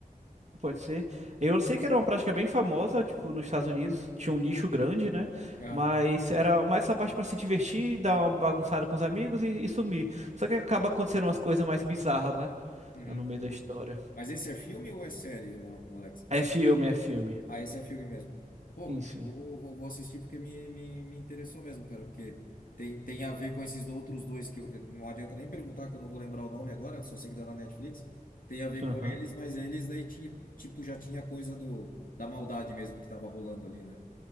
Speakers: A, on the right; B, on the left.
A: pode ser. Eu sei que era uma prática bem famosa, tipo, nos Estados Unidos, tinha um nicho grande, né?
B: Ah,
A: Mas era mais essa parte pra se divertir, dar uma bagunçada com os amigos e, e sumir. Só que acaba acontecendo umas coisas mais bizarras, né?
B: uhum.
A: Tá no meio da história.
B: Mas esse é filme ou é série, o, Alex?
A: É filme, é filme.
B: Ah, esse é filme mesmo. Pô,
A: Sim, sim.
B: eu vou, vou, vou assistir porque me, me, me interessou mesmo, cara, porque tem, tem a ver com esses outros dois que eu, eu- não adianta nem perguntar que eu não vou lembrar o nome agora, eu só sei que tá na Netflix. Tem a ver
A: Aham.
B: com eles, mas eles daí tinha, tipo, já tinha coisa do, da maldade mesmo que tava rolando ali, né?